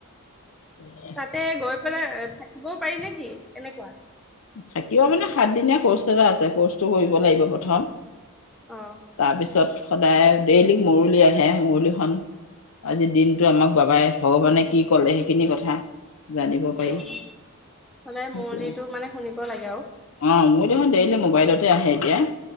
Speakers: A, on the left; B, in the centre.
A: <unintelligible>
B: তাতে গৈ পেলাই থাকিবওঁ পাৰি নেকি? এনেকুৱা।
A: থাকিব মানে সাত দিনীয়া কৰ্চ এটা আছে। কৰ্চটো কৰিব লাগিব প্ৰথম।
B: অ'
A: তাৰপিছত সদায় ডেইল মৰুলি আহে, মৰুলিখন আজি দিনটো আমাক বাবাই ভগৱানে কি ক'লে সেইখিনি কথা জানিব পাৰি
B: অ', হ'লে
A: সেইটোৱে
B: মুৰুলিটো মানে শুনিব লাগে আৰু
A: অ', মুৰুলিখন ডেইলি মোবাইলতে আহে এতিয়া অ,